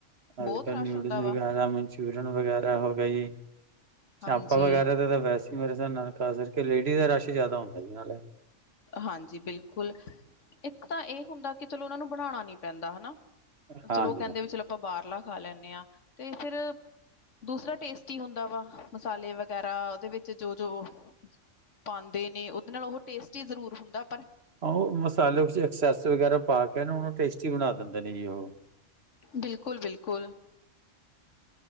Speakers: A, on the left; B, on the right.
A: ਬਹੁਤ
B: ਅੱਜ ਕੱਲ੍ਹ
A: ਰਸ਼
B: ਨਿਊਡਲ
A: ਹੁੰਦਾ ਵਾ
B: ਵਗੈਰਾ ਮਨਚੂਰੀਅਨ ਵਗੈਰਾ ਹੋ ਗਏ ਜੀ
A: ਹਾਂਜੀ
B: ਚਾਪਾਂ ਵਗੈਰਾ ਤਾਂ ਵੈਸੇ ਮੇਰੇ ਸਨ ਖਾਸ ਕਰਕੇ ਲੇਡੀਜ਼ ਦਾ ਰਸ਼ ਜ਼ਿਆਦਾ ਹੁੰਦਾ ਜੀ ਨਾਲੇ
A: ਹਾਂਜੀ ਬਿਲਕੁਲ ਇੱਕ ਤਾਂ ਇਹ ਹੁੰਦਾ ਕਿ ਚਲੋ ਉਹਨਾਂ ਨੂੰ ਬਣਾਉਣਾ ਨੀ ਪੈਂਦਾ ਹਨਾ
B: ਹਾਂਜੀ
A: ਚਲੋ ਉਹ ਕਹਿੰਦੇ
B: ਹਾਂਜੀ।
A: ਵੀ ਚਲੋ ਆਪਾਂ ਬਾਹਰਲਾ ਖਾ ਲੈਂਦੇ ਹਾਂ ਤੇ ਫਿਰ ਦੂਸਰਾ ਟੇਸਟ ਹੀ ਹੁੰਦਾ ਵਾ ਮਸਾਲੇ ਵਗੈਰਾ ਉਹਦੇ ਵਿੱਚ ਜੋ ਜੋ ਪਾਉਂਦੇ ਨੇ ਉਹਦੇ ਨਾਲ ਉਹ ਟੇਸਟ ਜ਼ਰੂਰ ਹੁੰਦਾ
B: ਹਾਂ ਉਹ ਮਸਾਲੇ ਕੁ ਐਕਸੈਸ ਵਗੈਰਾ ਪਾ ਕੇ ਨਾ ਉਹਨੂੰ ਟੇਸਟੀ ਬਣਾ ਦਿੰਦੇ ਨੇ ਜੀ ਉਹ
A: ਬਿਲਕੁਲ ਬਿਲਕੁਲ